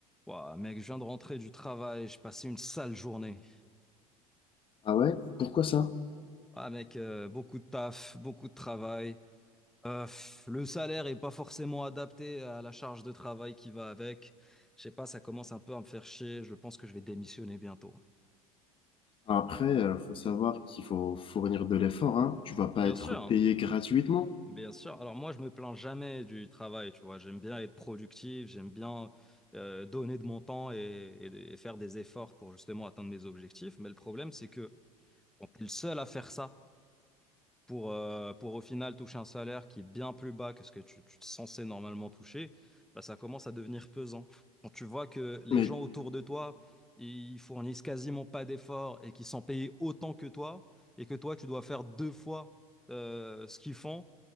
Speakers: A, in the centre; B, on the left.
A: Ouah, mec, je viens de rentrer du travail, j'ai passé une sale journée.
B: Ah ouais? Pourquoi ça?
A: Ah mec, euh, beaucoup de taf, beaucoup de travail. Euh, pff, le salaire est pas forcément adapté à la charge de travail qui va avec. Je sais pas, ça commence un peu à me faire chier. Je pense que je vais démissionner bientôt.
B: Après, euh, faut savoir qu'il faut fournir de l'effort, hein. Tu vas pas
A: Bien
B: être
A: sûr,
B: payé gratuitement.
A: bien sûr. Alors moi, je me plains jamais du travail, tu vois. J'aime bien être productif, j'aime bien euh, donner de mon temps et, et- et faire des efforts pour justement atteindre mes objectifs. Mais le problème, c'est que quand t'es le seul à faire ça. pour, euh, pour au final toucher un salaire qui est bien plus bas que ce que tu, tu es censé normalement toucher, bah, ça commence à devenir pesant. Quand tu vois que les
B: Mais,
A: gens autour de toi, ils fournissent quasiment pas d'efforts et qu'ils sont payés autant que toi, et que toi, tu dois faire deux fois euh, ce qu'ils font